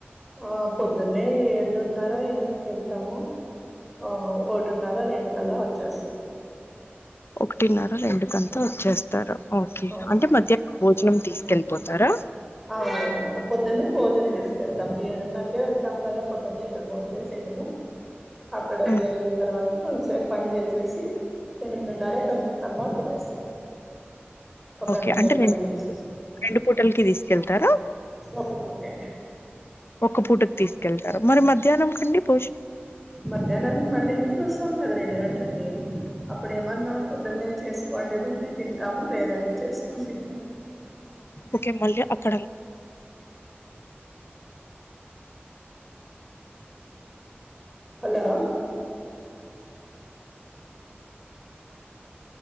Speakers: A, in the centre; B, on the left (about 70°).
A: ఆ పొద్దున్నే ఏడున్నరా ఎనిమిదికి ఎళ్తాము. ఆ ఒకటిన్నరా రెండు కల్లా వచ్చేస్తాం.
B: ఒకటిన్నరా రెండు కంతా వచ్చేస్తారు ఓకే
A: అవును
B: అంటే మధ్యా <inaudible> భోజనం తీస్ కెళ్పోతారా
A: అవునువును పొద్దున్నే భోజన్ తీసుకెళ్తాము ఏడున్నరకే వెళ్తాం గదా పొద్దున్నే ఇక్కడ భోజ చేసినుము. అక్కడకి
B: హ్మ్.
A: ఎళ్ళిన్ తర్వాతా కొన్సేప్ పన్ చేశేసి ఎనిమిదిన్నరా తొమ్మిది కల్లా తినేస్తాం. ఒక
B: ఓకే
A: గంట సేపు
B: అంటే రెండ్
A: పని చేసేసి
B: రెండు పూటల్కి తీసుకెళ్తారా.
A: ఒక పూటే
B: ఒక పూటకు తీసుకెళ్తారు మరి మధ్యాహ్నం కండి భోజ్
A: మధ్యాహ్నానికి మళ్ళీ ఇంటికి వస్తాము గదా రెండు గంటలకీ అప్పుడు ఏమన్నా పొద్దున్నే. చేసుకోండేది ఉంటే తింటాము లేదంటే చేసుకొన్ తింటాం.
B: ఓకే మళ్ళీ అక్కడం
A: hello